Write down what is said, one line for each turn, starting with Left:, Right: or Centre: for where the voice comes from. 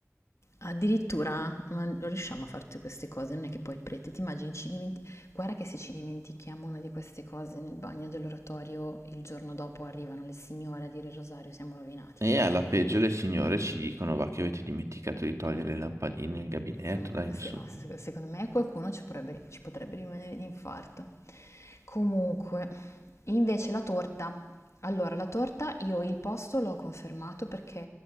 Left: Addirittura, ma non riusciamo a fare tutte queste cose, non è che poi il prete, ti immagini, ci dimenti- guarda che se ci dimentichiamo una di queste cose nel bagno dell'oratorio, il giorno dopo arrivano le signore a dire il rosario, siamo rovinati.
Right: E
Left: eh.
Right: alla peggio le signore ci dicono, va, che avete dimenticato di togliere le lampadine nel gabinetto,
Left: Mm,
Right: dai, nessuno.
Left: se no, se- secondo me qualcuno ci potrebbe, ci potrebbe rimanere di infarto. Comunque, invece la torta. Allora, la torta io il posto l'ho confermato perché